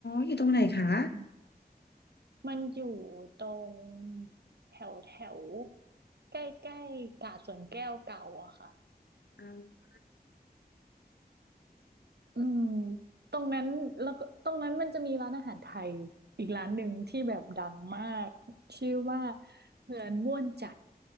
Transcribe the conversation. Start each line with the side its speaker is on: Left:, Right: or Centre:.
Left: อยู่ตรงไหนคะ
Right: อืมมันอยู่ตรงแถวแถวใกล้ใกล้กาดสวนแก้วเก่าอะค่ะ
Left: อ๋อ
Right: อืมตรงนั้นแล้วก็ตรงนั้นมันจะมีร้านอาหารไทยอีกร้านหนึ่งที่แบบดังมากชื่อว่าเฮือนม่วนใจ